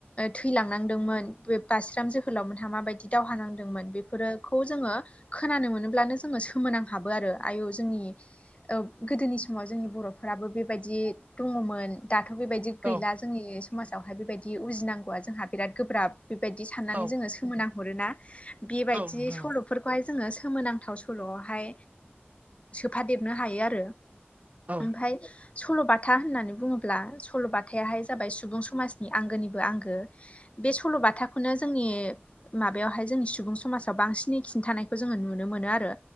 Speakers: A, on the left; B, on the right.
A: थैलांनांदोंमोन बे बास्राम जोहोलाव मोनहा माबायदि दावहा नांदोंमोन बेफोरोफोरखौ जोङो खोनानो मोनोब्लानो जोङो सोमोनां हाबो आरो आयु जोंनि गोदोनि समाव जोंनि बर'फोराबो बेबायदि दङमोन दाथ' बेबायदि
B: औ
A: गैला जोंनि समाजावहाय बेबायदि उजिनांगौआ जोंहा बिराद गोब्राब बेबायदि साननानै
B: औ
A: जोङो सोमोनांहरोना बेबायदि
B: औ नोंथां
A: सल'फोरखौहाय जोङो सोमोनांथाव सल'आवहाय सोफादेर नो हायो आरो
B: औ
A: ओमफ्राय सल'बाथा होननानै बुङोब्ला सल'बाथाहाय जाबाय सुबुं समाजनि आंगोनिबो आंगो बे सल'बाथाखौनो जोंनि माबायावहाय जोंनि सुबुं समाजाव बांसिनै खिन्थानायखौ जोङो नुनो मोनो आरो